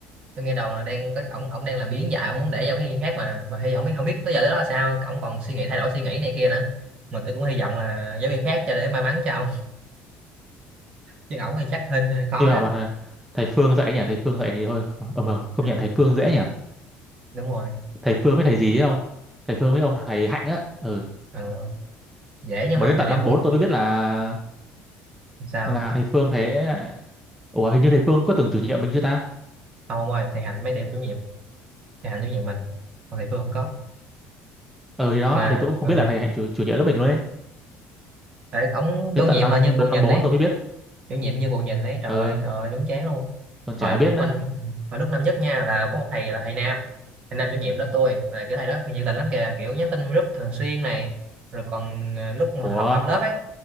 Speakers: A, on the right; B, in the centre.
A: tôi nghe đồn là đang có ổng ổng đang làm biến dạng ổng muốn để giao cái viên khác mà mà hy vọng biết không biết tới giờ tới đó là sao ổng còn suy nghĩ thay đổi suy nghĩ này kia nữa mà tôi cũng hy vọng là giáo viên khác cho để may mắn cho ổng chứ ổng thì chắc hơi, hơi khó
B: nhưng
A: á
B: mà mà thầy, thầy Phương dạy nhỉ thầy Phương dạy thì thôi ờ mà công
A: ừ,
B: nhận thầy Phương dễ nhỉ
A: đúng rồi
B: thầy Phương với thầy gì ấy không thầy Phương với ông thầy Hạnh á ừ
A: Ờ, dễ nhưng
B: mà
A: mà
B: đến
A: kiểu
B: tận
A: điểm
B: năm
A: không
B: bốn tôi mới biết là
A: sao
B: là thầy Phương thế. ủa hình như thầy Phương có từng chủ nhiệm mình chưa ta
A: không ông ơi thầy Hạnh mới để chủ nhiệm thầy Hạnh chủ nhiệm mình còn thầy Phương không có
B: ừ thì đó
A: mà
B: thì tôi cũng không
A: ờ,
B: biết là thầy Hạnh chủ, chủ nhiệm lớp mình luôn ấy
A: tại ông
B: đến
A: chủ nhiệm
B: tận năm
A: mà như bù nhìn
B: năm bốn
A: ấy
B: tôi mới biết
A: chủ nhiệm như bù nhìn ấy trời
B: ừ
A: ơi trời ơi đúng chán luôn
B: còn chả
A: hồi lúc
B: biết nữa
A: mình hồi lúc năm nhất nha là có một thầy là thầy Nam thầy Nam chủ nhiệm lớp tôi là kiểu thầy đó nhiệt tình lắm kìa kiểu nhắn tin group thường xuyên này rồi còn ờ, lúc mà
B: Ủa
A: họp họp lớp ấy